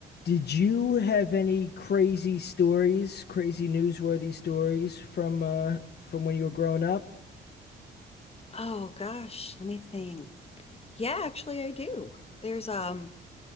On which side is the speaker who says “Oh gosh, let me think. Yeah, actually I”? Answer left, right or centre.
Left